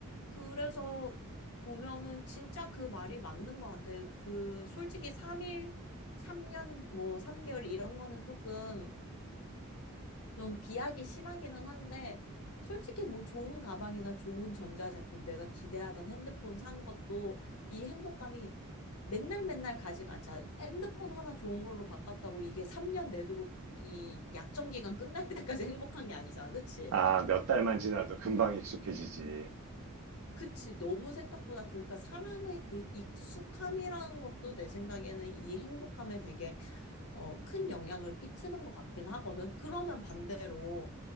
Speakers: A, on the left; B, on the right.
A: 그래서 보면은 진짜 그 말이 맞는 것 같아. 그 솔직히 3일, 3년, 뭐 3개월 이런 거는 조금 좀 비약이 심하기는 한데 솔직히 뭐 좋은 가방이나 좋은 전자제품 내가 기대하던 핸드폰 산 것도 이 행복감이 맨날 맨날 가지가 않잖아. 핸드폰 하나 좋은 걸로 바꿨다고 이게 3년 내도록 이 약정 기간 끝날 때까지 <laughs> 행복한 게 아니잖아. 그치?
B: 아, 몇 달만 지나도 금방 익숙해지지.
A: 그치, 너무 생각보다, 그러니까 사람의 그 익숙함이라는 것도 내 생각에는 이 행복함에 되게 어, 큰 영향을 끼치는 것 같긴 하거든. 그러면 반대로,